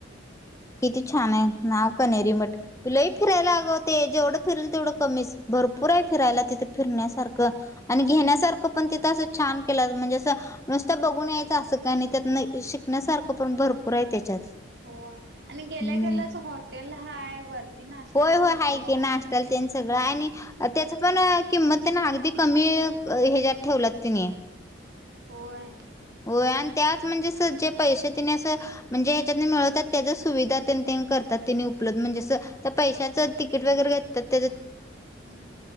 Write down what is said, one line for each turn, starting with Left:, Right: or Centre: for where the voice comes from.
Left: किती छान आहे. नाव कनेरी मठ तुलाही फिरायला आग ते जेवढं फिरल तेवढं कमीच भरपूर आहे फिरायला तिथं फिरण्यासारखं आणि घेण्यासारखं पण तिथं असं छान केलं म्हणजे असं नुसत बघून याय असं
Right: हम्म
Left: काय नही नही शिकण्यासारखं पण भरपूर आहे त्याच्यात
Right: हो आणि गेल्या
Left: हम्म
Right: गेल्याच हॉटेल हाय वरती नाश्त्याला
Left: होय होय
Right: भरपूर
Left: की
Right: आहे.
Left: नाश्त्याला तेन सगळं आणि त्याच पण किंमत त्यांना अगदी कमी हच्यात ठेवलात त्यानी
Right: होय
Left: होय आणि त्याच म्हणजे स जे पैसे तिने असं म्हणजे ह्याच्यात मिळत त्याच्या सुविधा त्यां करतात त्यांनी उपलब्ध म्हणजे पैशाचं तिकीट वगैरे घेतात त्या
Right: हम